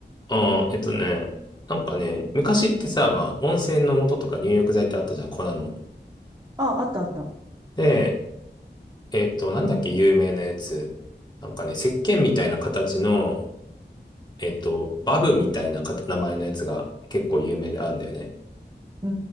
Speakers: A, on the left; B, on the right.
A: うん、えっとね、なんかね、昔ってさ、まあ、温泉の素とか入浴剤ってあったじゃん、粉の。
B: ああ、あったあった。
A: で、えっと、なんだっけ、有名なやつ。なんかね、石鹸みたいな形の、えっと、バブみたいなか名前のやつが結構有名であるんだよね。
B: うー